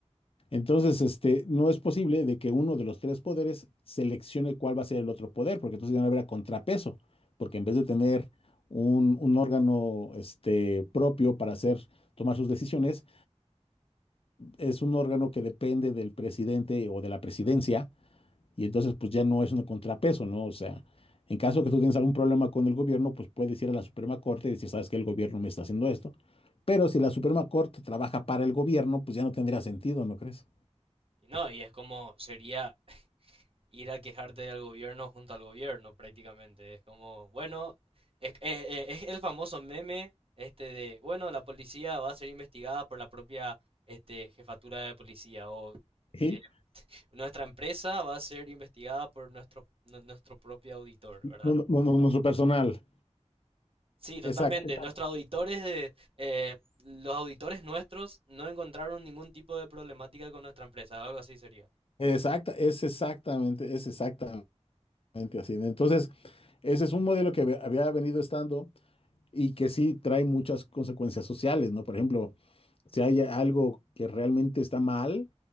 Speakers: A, on the left (about 55°); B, on the right (about 50°).
A: Entonces, este, no es posible de que uno de los tres poderes seleccione cuál va a ser el otro poder, porque entonces ya no habrá contrapeso, porque en vez de tener un, un órgano, este, propio para hacer, tomar sus decisiones, es un órgano que depende del presidente o de la presidencia, y entonces pues ya no es un contrapeso, ¿no? O sea, en caso que tú tienes algún problema con el gobierno, pues puedes ir a la Suprema Corte y decir, sabes que el gobierno me está haciendo esto, pero si la Suprema Corte trabaja para el gobierno, pues ya no tendría sentido, ¿no crees?
B: Y no, y es como sería ir a quejarte del gobierno junto al gobierno prácticamente. Es como, bueno, es, eh, eh, es el famoso meme este de, bueno, la policía va a ser investigada por la propia este, jefatura de policía o
A: sí
B: eh, Nuestra empresa va a ser investigada por nuestro, nu- nuestro propio auditor, ¿verdad?
A: No, no, no, no, nuestro personal.
B: Sí, totalmente.
A: Exacto,
B: Nuestros auditores, de- eh, los auditores nuestros no encontraron ningún tipo de problemática con nuestra empresa, algo así sería.
A: exacta, es exactamente, es exactamente así. Entonces, ese es un modelo que había venido estando. y que sí trae muchas consecuencias sociales, ¿no? Por ejemplo, si hay algo que realmente está mal